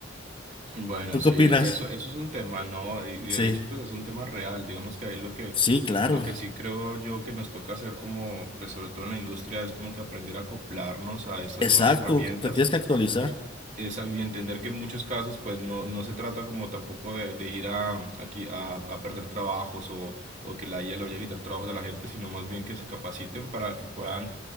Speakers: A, on the right; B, on the left.
A: Bueno,
B: ¿Tú
A: sí,
B: qué opinas?
A: eso, eso es un tema, ¿no? Y de
B: Sí,
A: hecho, pues es un tema real. Digamos que ahí lo que,
B: sí, claro.
A: lo que sí creo yo que nos toca hacer como, pues sobre todo en la industria, es como que aprender a acoplarnos a estas
B: Exacto,
A: nuevas herramientas
B: te tienes que actualizar.
A: es, y entender que en muchos casos pues no, no se trata como tampoco de, de ir a, aquí, a, a perder trabajos o, o que la IA le vaya a quitar trabajos a la gente, sino más bien que se capaciten para que puedan,